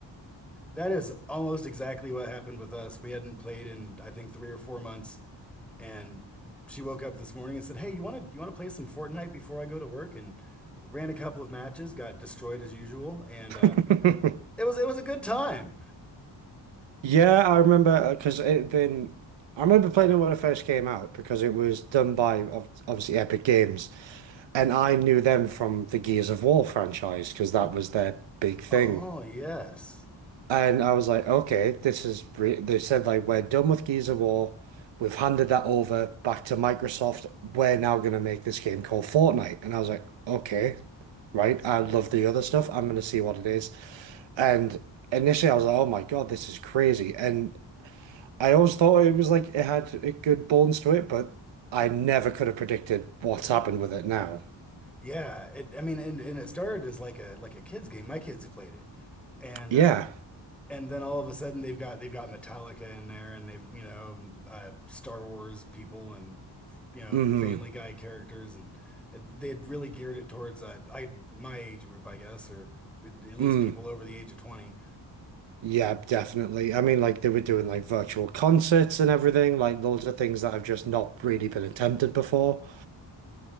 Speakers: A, in the centre; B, on the right.
A: That is almost exactly what happened with us. We hadn't played in I think 3 or 4 months and she woke up this morning and said, "Hey, you want to you want to play some Fortnite before I go to work?" and ran a couple of matches, got destroyed as usual, and uh,
B: <laughs>
A: it was it was a good time.
B: Yeah, I remember because it then I remember playing it when it first came out because it was done by ob- obviously Epic Games, and I knew them from the Gears of War franchise because that was their big thing.
A: Oh, yes.
B: And I was like, okay, this is re they said like we're done with Gears of War. We've handed that over back to Microsoft. We're now gonna make this game called Fortnite. And I was like, okay, right. I love the other stuff. I'm gonna see what it is. And initially I was like, oh my God, this is crazy. And I always thought it was like it had a good bones to it, but I never could have predicted what's happened with it now.
A: Yeah, it, I mean, and, and it started as like a like a kids game. My kids played it, and
B: Yeah.
A: uh, and then all of a sudden they've got they've got Metallica in there, and they've you know uh, Star Wars people, and you know
B: Mm-hmm.
A: Family Guy characters, and they had really geared it towards uh, I my age group, I guess, or at least
B: Mm.
A: people over the age of twenty.
B: Yeah, definitely. I mean, like they were doing like virtual concerts and everything, like loads of things that have just not really been attempted before.